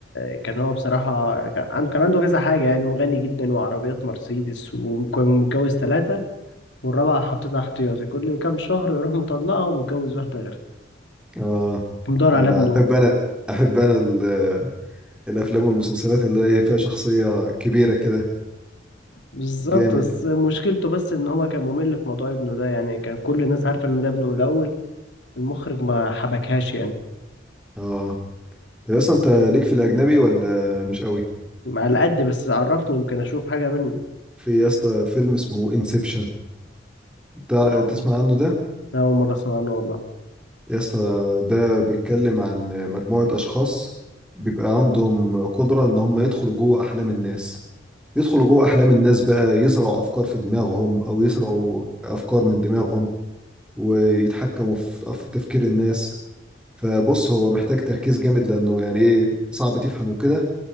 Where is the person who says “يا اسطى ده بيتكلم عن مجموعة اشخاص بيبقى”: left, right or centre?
Centre